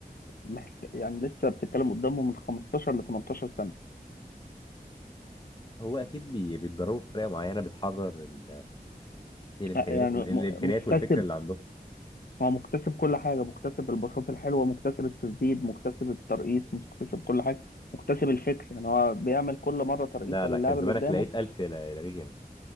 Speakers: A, on the left; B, on the left.
A: محت... يعني لسه بتتكلم قدامه من 15 ل 18 سنة
B: هو اكيد بي- بيتدربوا بطريقه معينه بتحرر ال- الامكانيات
A: لا، يعني
B: الامكانيات
A: م- مكتسب
B: والفكره اللي عندهم
A: هو مكتسب كل حاجة مكتسب البساطة الحلوة مكتسب التسديد مكتسب الترقيص مكتسب كل حاجة مكتسب الفكر يعني هو بيعمل كل مرة ترقيصة
B: لا لا
A: للاعب
B: كان زمانك
A: اللي قدامه
B: لقيت ألف ل- لامين يامال